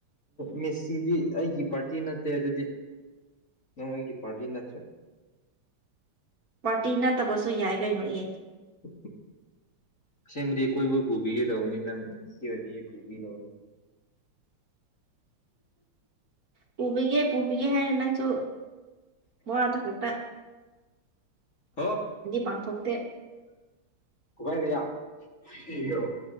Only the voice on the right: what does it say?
ꯄꯥꯔꯇꯤ ꯅꯠꯇꯕꯁꯨ ꯌꯥꯏ ꯀꯩꯅꯣ ꯑꯦ
ꯄꯨꯕꯤꯒꯦ ꯄꯨꯕꯤꯒꯦ ꯍꯥꯏꯔ ꯅꯪꯁꯨ ꯋꯥꯗ ꯈꯠꯇ
ꯄꯥꯡꯊꯣꯛꯇꯦ